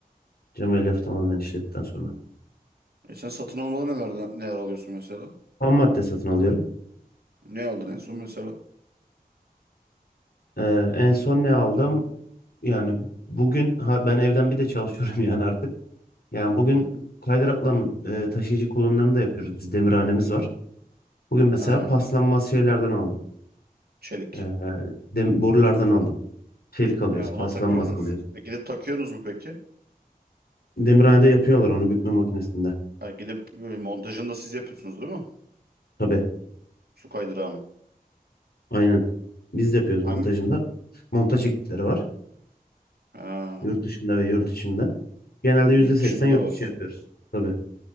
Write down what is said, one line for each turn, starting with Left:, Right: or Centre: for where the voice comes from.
Left: Cam elyaf tamamen işledikten sonra.
Right: E sen satın almadan neler, neler alıyorsun mesela?
Left: Ham madde satın alıyorum.
Right: Ne aldın en son mesela?
Left: Ee, en son ne aldım? Yani bugün ha, ben evden bir de çalışıyorum <laughs> yani artık. Yani bugün
Right: Hı hı.
Left: kaydırakların e, taşıyıcı kolonlarını da yapıyoruz. Biz demirhanemiz var. Bugün mesela
Right: Ha,
Left: paslanmaz şeylerden aldım.
Right: çelik.
Left: Ee, dem- borulardan aldım. Çelik alıyoruz,
Right: He, ona
Left: paslanmaz
Right: takıyorsunuz.
Left: alıyoruz.
Right: E, gidip takıyorsunuz mu peki?
Left: Demirhanede yapıyorlar onu bükme makinesinde.
Right: Ha, gidip e, montajını da siz yapıyorsunuz değil mi?
Left: Tabii,
Right: Su kaydırağının.
Left: aynen. Biz de yapıyoruz
Right: Hangi?
Left: montajında. Montaj ekipleri var.
Right: Ha,
Left: Yurt dışında ve yurt içinde. Genelde yüzde
Right: yurt
Left: seksen
Right: dışında
Left: yurt
Right: da var.
Left: dışı yapıyoruz. Tabii,